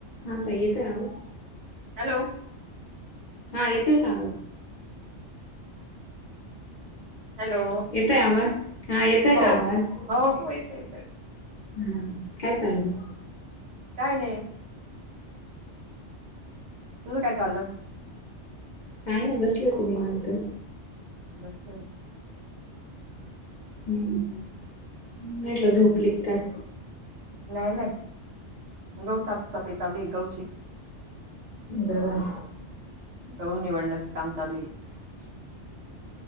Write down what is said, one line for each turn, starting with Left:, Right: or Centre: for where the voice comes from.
Left: हां ताई येतोय आवाज.
Right: हॅलो.
Left: हां. येतोय आवाज.
Right: हॅलो
Left: येतो आवाज, हा येतोय
Right: हो
Left: का आवाज.
Right: हो हो येतो येतो
Left: हा, काय चाललंय?
Right: काय नाही. तुझं काय चाललं.
Left: काय नाही, बसले होते निवांत.
Right: <unintelligible>
Left: हम्म, मी म्हटलं झोपली का काय?
Right: नाही नाही, गहू साफ सफाई चालू ये गहूची.
Left: हं.
Right: गहू निवडण्याचे काम चालू ये.